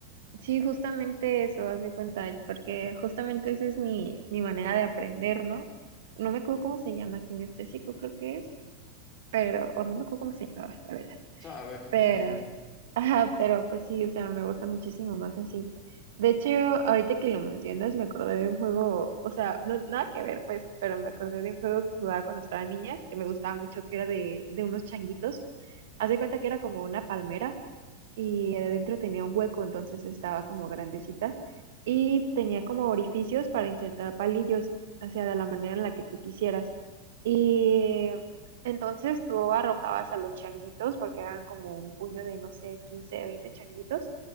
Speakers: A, on the right (about 55°); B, on the left (about 25°).
A: Sí, justamente eso, haz de cuenta, porque justamente esa es mi, mi manera de aprender, ¿no? No me acuerdo cómo se llama kinestésico, creo que es, pero, o no me acuerdo cómo se llamaba, la verdad.
B: ¿Sabe cómo
A: Pero,
B: se llama?
A: <laughs> ajá, pero pues sí, o sea, me gusta muchísimo más así. De hecho, ahorita que lo mencionas, me acordé de un juego, o sea, no, nada que ver, pues, pero me acordé de un juego que jugaba cuando estaba niña, que me gustaba mucho, que era de, de unos changuitos. Haz de cuenta que era como una palmera y adentro tenía un hueco, entonces estaba como grandecita y tenía como orificios para insertar palillos, o sea, de la manera en la que tú quisieras. Y entonces tú arrojabas a los changuitos, porque eran como un puño de, no sé, 15 20 changuitos.